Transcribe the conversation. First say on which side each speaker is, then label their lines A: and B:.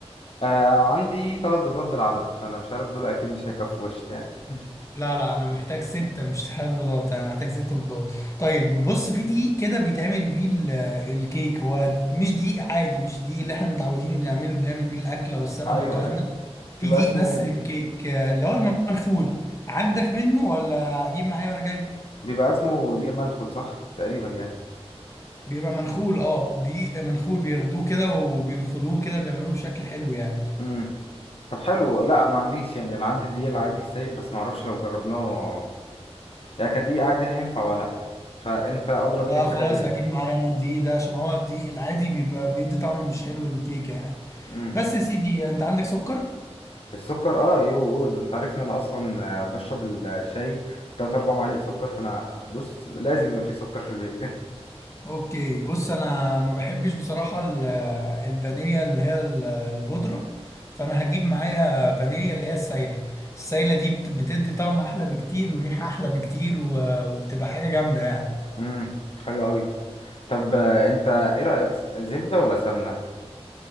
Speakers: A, on the left; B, on the left.
A: آه عندي ثلاث بيضات بالعدد فأنا مش عارف دول أكيد مش هيكفوا وش يعني <laughs>
B: لا لا انا محتاج ستة مش ثلاث بيضات انا محتاج ست بيضات طيب بص في دقيق كده بيتعمل بيه ال- آه، الكيك هو مش دقيق عادي مش دقيق اللي احنا متعودين بنعمله بنعمل بيه الاكل او السمكة
A: أيوه
B: والكلام
A: أيوه
B: ده في
A: بيبقى
B: دقيق
A: اسمه
B: بس للكيك آه، اللي هو المنخول عندك منه ولا اجيب معايا وانا جاي
A: بيبقى اسمه دقيق منخل صح تقريبا يعني
B: بيبقى منخول اه دقيق منخول بياخدوه كده وبينخلوه كده بيعملوه بشكل حلو يعني
A: امم طب حلو لا ما عنديش يعني انا عندي دقيق العادي السايب بس ما اعرفش لو جربناه يعني كدقيق عادي هينفع ولا لا فانت اضرب مني
B: لا
A: في
B: خلاص
A: حاجه زي
B: هجيب
A: دي
B: معايا انا الدقيق ده عشان هو الدقيق العادي بيبقى بيدي طعم مش حلو للكيكة يعني
A: مم.
B: بس يا سيدي انت عندك سكر
A: السكر اه يو ده انت عارف ان انا اصلا آه، بشرب الشاي تلات اربع معالق سكر فانا بص لازم يبقى فيه سكر في البيت <laughs>
B: اوكي بص انا ما بحبش بصراحة ال- الفانيليا اللي هي ال- البودرة فانا هجيب معايا فانيليا اللي هي السايلة السايلة دي بت- بتدي طعم احلى بكتير وريحة احلى بكتير و- وبتبقى حاجة جامدة يعني
A: امم حلو قوي طب آه، انت ايه رايك س- زبده ولا سمنه